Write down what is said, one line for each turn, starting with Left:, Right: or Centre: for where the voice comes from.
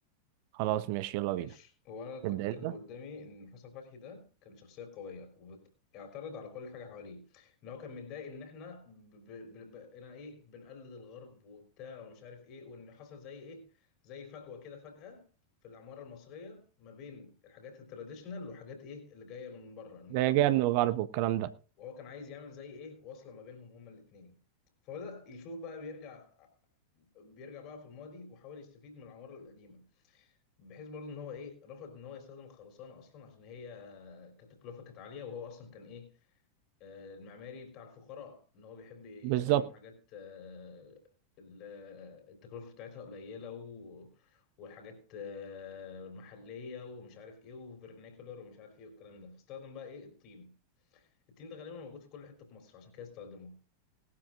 Right: خلاص ماشي يلا
Left: ماشي
Right: بينا
Left: هو انا كنت
Right: تبدأ
Left: كاتبه
Right: انت
Left: قدامي ان حسن فتحي ده كان شخصيه قويه وبيعترض على كل حاجه حواليه ان هو كان متضايق ان احنا ب... ب... ب... ب... انا ايه بنقلد الغرب وبتاع ومش عارف ايه وان حصل زي ايه زي فجوه كده فجاه في العماره المصريه ما بين الحاجات التراديشنال وحاجات ايه اللي جايه من بره من
Right: ده
Left: الغرب
Right: جاية من الغرب والكلام ده
Left: وهو كان عايز يعمل زي ايه واصله ما بينهم هما الاثنين فبدأ يشوف بقى بيرجع بيرجع بقى في الماضي وحاول يستفيد من العماره القديمه بحيث برضه ان هو ايه رفض ان هو يستخدم الخرسانه اصلا عشان هي آه، كتكلفه كانت عاليه وهو اصلا كان ايه آه، المعماري بتاع الفقراء ان هو بيحب يصمم
Right: بالظبط
Left: حاجات آه، ال- آه، التكلفه بتاعتها قليله و... وحاجات آه، محليه ومش عارف ايه وفرنيكولر ومش عارف ايه والكلام ده فاستخدم بقى ايه الطين الطين ده غالبا موجود في كل حته في مصر عشان كده استخدمه